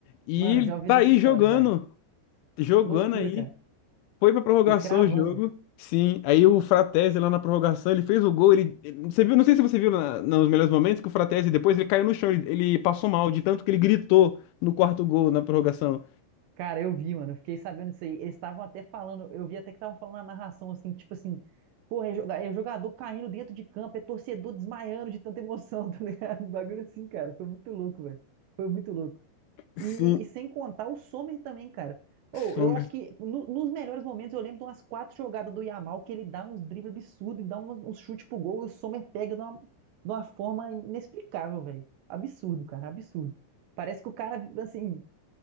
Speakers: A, on the left; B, on the right.
A: E
B: Mano,
A: ele
B: já ouvi
A: tá
B: dessa
A: aí
B: história,
A: jogando,
B: velho.
A: jogando
B: Loucura,
A: aí.
B: cara.
A: Foi pra prorrogação
B: E cravando.
A: o jogo. Sim, aí o Fratesi lá na prorrogação, ele fez o gol, ele, ele- você viu, não sei se você viu na- nos melhores momentos que o Fratesi depois ele caiu no chão, ele, ele passou mal de tanto que ele gritou no quarto gol na prorrogação.
B: Cara, eu vi, mano. eu Fiquei sabendo disso aí. Eles estavam até falando, eu vi até que estavam falando na narração, assim, tipo assim, porra, é, joga- é jogador caindo dentro de campo, é torcedor desmaiando de tanta emoção, <laughs> tá ligado? Um Bagulho assim, cara. Foi muito louco, velho. Foi muito louco.
A: Sim,
B: E, e sem contar o Sommer também, cara. Ou
A: sim.
B: eu acho que no- nos melhores momentos eu lembro de umas quatro jogadas do Yamal que ele dá uns dribles absurdos e dá uns, uns chutes pro gol e o Sommer pega de uma, de uma forma inexplicável, velho. Absurdo, cara, absurdo. Parece que o cara, assim.